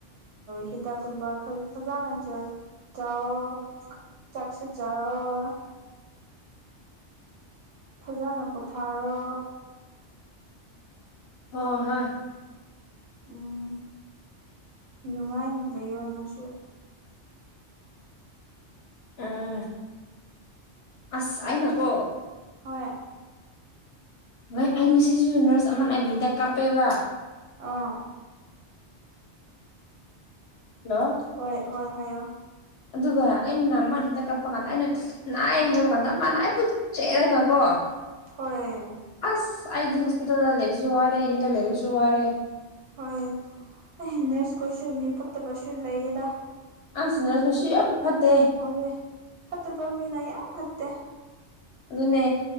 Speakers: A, on the right; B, on the left.
A: ꯍꯤꯗꯥꯛꯒꯨꯝꯕ ꯐꯖꯅꯆ ꯆꯥꯎꯋꯣ ꯆꯥꯛꯁꯤ ꯆꯋ ꯐꯖꯅ ꯄꯣꯊꯥꯔꯣ
B: ꯍ ꯍꯥ
A: ꯎꯝ ꯅꯨꯡꯉꯥꯏꯅ ꯂꯩꯌꯣ ꯅꯪꯁꯨ
B: ꯑꯝ ꯑꯁ ꯍꯥꯏꯅ ꯀꯣ
A: ꯍꯣꯏ
B: ꯅꯣꯏ ꯑꯩ ꯉꯁꯤꯁꯨ ꯅꯔꯁ ꯑꯃ ꯑꯩꯕꯨ ꯍꯤꯗ ꯀꯥꯞꯄꯦꯕ
A: ꯑꯥ
B: ꯍꯜꯂꯣ
A: ꯍꯣꯏ ꯍꯣꯏ ꯍꯥꯏꯣ
B: ꯑꯗꯨꯒ ꯑꯩꯅ ꯃꯥꯅ ꯍꯟꯗ ꯀꯛꯄ ꯀꯥꯟꯗ ꯑꯩꯅ ꯅꯥꯏ ꯍꯥꯏꯕ ꯀꯥꯟꯗ ꯃꯥꯅꯏꯠ ꯆꯦꯔꯦꯒ ꯀꯣ
A: ꯍꯣꯏ
B: ꯑꯁ ꯑꯩꯗꯤ ꯍꯣꯁꯄꯤꯇꯥꯜꯗ ꯂꯩꯔꯁꯨ ꯋꯥꯔꯦ ꯌꯨꯝꯗ ꯂꯩꯔꯁꯨ ꯋꯥꯔꯦ
A: ꯍꯣꯏ ꯑꯩ ꯅꯔꯁ ꯈꯣꯏꯁꯨ ꯃꯤ ꯐꯠꯇꯕꯁꯨ ꯂꯩꯌꯦꯗ
B: ꯑꯥꯡꯁꯤꯅ ꯀꯣꯁꯤ ꯌꯥꯝ ꯐꯠꯇꯦ
A: ꯍꯣꯏ ꯐꯠꯇꯕ ꯃꯤꯅ ꯌꯥꯝ ꯐꯠꯇꯦ
B: ꯑꯗꯨ ꯑꯗꯨꯅꯦ